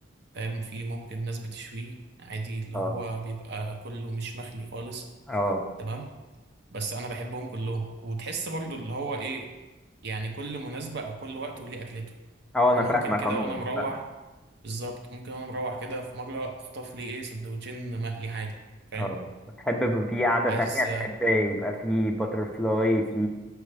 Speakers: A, on the right; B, in the centre.
A: فاهم في ممكن ناس بتشويه عادي اللي
B: اه
A: هو بيبقى كله مش مخلي خالص
B: اه
A: تمام بس انا بحبهم كلهم وتحس برضو اللي هو ايه يعني كل مناسبه او كل وقت وليه اكلته
B: اه انا
A: يعني
B: فاهمك
A: ممكن كده
B: عموما
A: وانا مروح
B: فاهم
A: بالظبط ممكن وانا مروح كده في مره اخطف لي ايه سندوتشين مقلي عادي فاهم
B: اه بتحب في قعدة
A: عايز
B: تانية تحب يبقى في باتر فلاي في